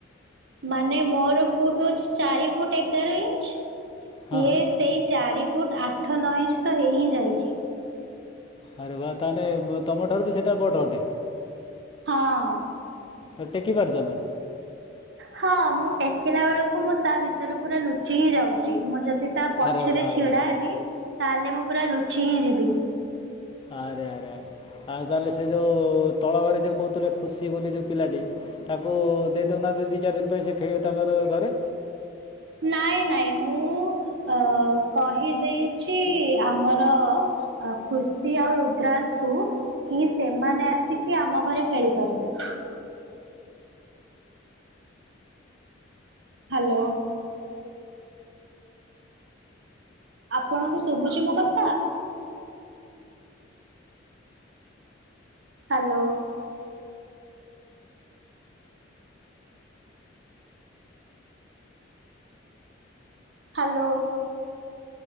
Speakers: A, on the right; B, on the left.
A: ମାନେ ମୋର ଫୁଟ ହଉଛି ଚାରି ଫୁଟ ଏଗାର ଇଞ୍ଚ ସିଏ
B: ହଁ ହଁ
A: ସେଇ ଚାରି ଫୁଟ ଆଠ ନଅ ଇଞ୍ଚ ତ ହେଇ ହିଁ ଯାଇଛି।
B: ଆରେ ବା ତାହେଲେ ତମ ଠାରୁ ବି ସେଇଟା ବଡ ଅଟେ!
A: ହଁ।
B: ତ ଟେକି ପାରଛ ନା
A: ହଁ ମୁଁ ଟେକିଲା ବେଳକୁ ମୁଁ ତା ଭିତରେ ପୁରା ଲୁଚି ହେି ଯାଉଛି ମୁଁ ଯଦି। ତା ପଛରେ
B: ଆରେ ବା
A: ଛିଡା
B: ବା
A: ହେବି ତାହେଲେ ମୁଁ ପୁରା ଲୁଚି ହିଁ ଯିବି
B: ଆରେ ଆରେ। ଆଉହେଲେ ସେ ଯେଉଁ ତଳ ଘରେ ଯେଉଁ କହୁଥିଲେ ଖୁସି ବୋଲି ଯେ ପିଲାଟି ତାକୁ ଦେଇଦଉନାହାନ୍ତି ଦି ଚାରି ଦିନ। ପାଇଁ ସେ ଖେଳିବ ତାଙ୍କର ଘରେ।
A: ନାଇଁ ନାଇଁ ମୁଁ ଅ କହିଦେଇଛି ଆମର ଖୁସି ଆଉ ରୁଦ୍ରାନ୍ତ କ କି ସେମାନେ ଆସିକି ଆମ ଘରେ ଖେଳିପାରିବେ। ହ୍ୟାଲୋ। ଆପଣଙ୍କୁ ଶୁଭୁଛି ମୋ କଥା ହ୍ୟାଲୋ। ହ୍ୟାଲୋ।